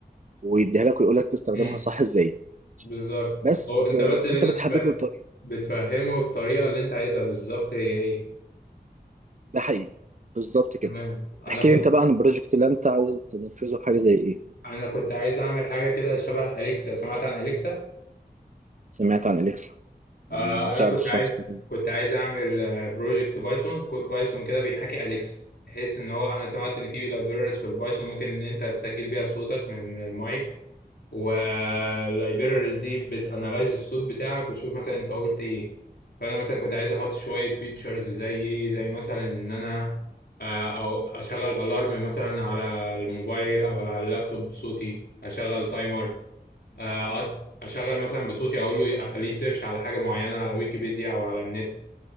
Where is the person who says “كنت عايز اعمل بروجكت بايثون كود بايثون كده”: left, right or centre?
Left